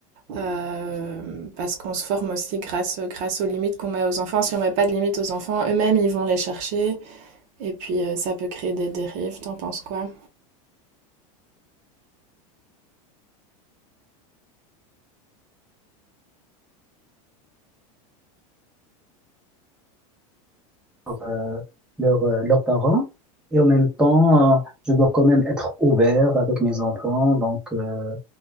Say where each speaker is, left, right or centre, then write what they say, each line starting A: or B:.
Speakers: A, on the right; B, in the centre.
A: Euh, parce qu'on se forme aussi grâce, grâce aux limites qu'on met aux enfants. Si on ne met pas de limites aux enfants, eux-mêmes, ils vont les chercher. Et puis, euh, ça peut créer des dérives. T'en penses quoi
B: euh, leurs, euh, leurs parents. Et en même temps, euh, je dois quand même être ouvert avec mes enfants. Donc, euh,